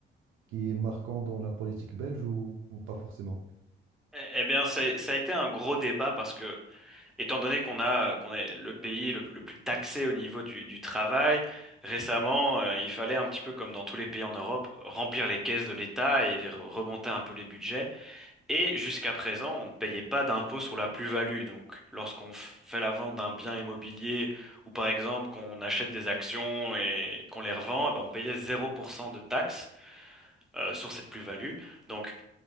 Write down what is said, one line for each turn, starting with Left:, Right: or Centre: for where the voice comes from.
Right: qui est marquant dans la politique belge ou, ou pas forcément.
Centre: Eh eh bien, ça, ça a été un gros débat parce que Étant donné qu'on a, qu'on est le pays le, le plus taxé au niveau du, du travail, récemment, euh, il fallait un petit peu comme dans tous les pays en Europe, remplir les caisses de l'État et re- remonter un peu les budgets. Et jusqu'à présent, on ne payait pas d'impôt sur la plus-value. Donc, lorsqu'on f- fait la vente d'un bien immobilier ou par exemple qu'on achète des actions et qu'on les revend, eh ben, on payait 0% de taxes euh, sur cette plus-value. Donc,